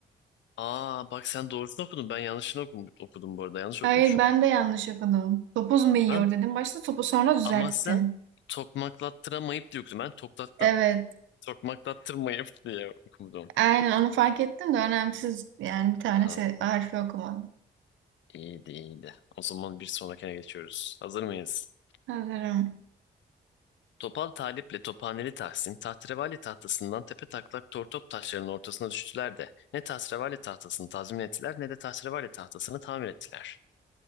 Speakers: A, on the left; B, on the right.
A: Aa bak sen doğrusunu okudun. Ben yanlışını okum, okudum bu arada. Yanlış
B: Hayır
A: okumuşum.
B: ben de yanlış okudum. Topuz mu yiyor
A: Ben
B: dedim. Başta topu sonra düzelttim.
A: ama sen tokmaklattıramayıp diye okudun. Ben toklatta,
B: Evet.
A: tokmaklattırmayıp diye okudum.
B: Aynen onu fark ettim de önemsiz. Yani bir tane
A: Aa,
B: se- harfi okumadım.
A: iyiydi iyiydi. O zaman bir sonrakine geçiyoruz. Hazır mıyız?
B: Hazırım.
A: Topal Talip'le Tophaneli Tahsin, tahterevalli tahtasından tepe taklak tortop taşlarının ortasına düştüler de ne tahterevalli tahtasını tazmin ettiler ne de tahterevalli tahtasını tamir ettiler.